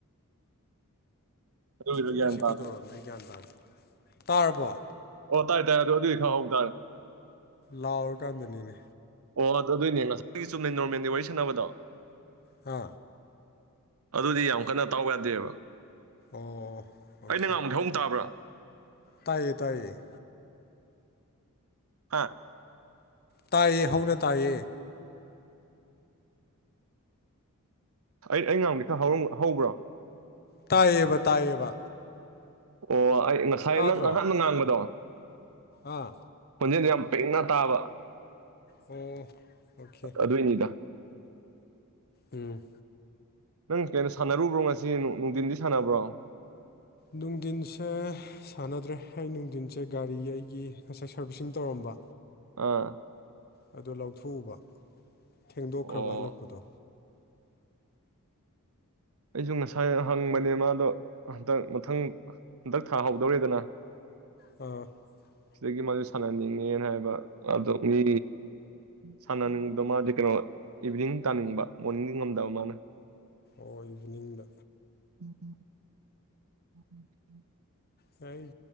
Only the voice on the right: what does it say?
ꯑꯗꯨꯒꯤꯔ
ꯒ꯭ꯌꯥꯟ ꯇꯥꯗ꯭ꯔꯦ
ꯄꯠꯇꯥꯏ ꯇꯥꯏꯦ ꯑꯗꯨꯣ ꯑꯗꯨꯗꯤ ꯈꯪꯍꯧꯇꯥꯥꯔꯦ
ꯑꯣ ꯑꯗꯨ ꯑꯗꯨꯏꯅꯦ ꯉꯁꯥꯏ ꯆꯨꯝꯅ ꯅꯣꯔꯃꯦꯜꯒꯤ ꯋꯥꯔꯤ ꯁꯥꯟꯅꯕꯗꯣ
ꯑꯗꯨꯗꯤ ꯌꯥꯝ ꯀꯟꯅ ꯇꯥꯎ ꯌꯥꯗꯦꯕ
ꯑꯩꯅ ꯉꯥꯡꯕꯗꯣꯡ ꯇꯥꯕ꯭ꯔꯥ
ꯑꯥ
ꯑꯩ ꯑꯩ ꯉꯥꯡꯅꯤ ꯈꯔ ꯍꯧꯕ꯭ꯔꯣ
ꯑꯣ ꯑꯩ ꯉꯁꯥꯏ
ꯅꯪ ꯉꯍꯥꯛꯅ ꯉꯥꯡꯕꯗꯣ
ꯄꯨꯟꯁꯤꯟꯗ ꯌꯥꯝ ꯄꯤꯛꯅ ꯇꯥꯕ
ꯑꯗꯨꯏꯅꯤꯗ
ꯅꯪ ꯀꯩꯅꯣ ꯁꯥꯟꯅꯔꯨꯕ꯭ꯔꯣ ꯉꯁꯤ ꯅꯨꯡꯊꯤꯟꯗꯤ ꯁꯥꯟꯅꯕ꯭ꯔꯣ
ꯑꯥ
ꯑꯣ
ꯑꯩꯁꯨ ꯉꯁꯥꯏ ꯍꯪꯕꯅꯦ ꯃꯥꯗꯣ ꯍꯟꯗꯛ ꯃꯊꯪ ꯍꯟꯇꯛ ꯊꯥꯍꯧꯗꯧꯔꯦꯗꯅ
ꯁꯤꯗꯒꯤ ꯃꯥꯁ ꯁꯥꯟꯅꯅꯤꯡꯉꯦꯅ ꯍꯥꯏꯕ ꯑꯣ ꯃꯤ ꯁꯥꯟꯅꯅꯤꯡꯕꯗꯣ ꯃꯥꯗꯤ ꯀꯩꯅꯣ ꯏꯚꯤꯅꯤꯡ ꯇꯥꯅꯤꯡꯕ ꯃꯣꯔꯅꯤꯡꯗꯤ ꯉꯝꯗꯕ ꯃꯥꯅ
ꯎꯝ ꯎꯝ ꯎꯝ ꯎꯝ ꯎꯝ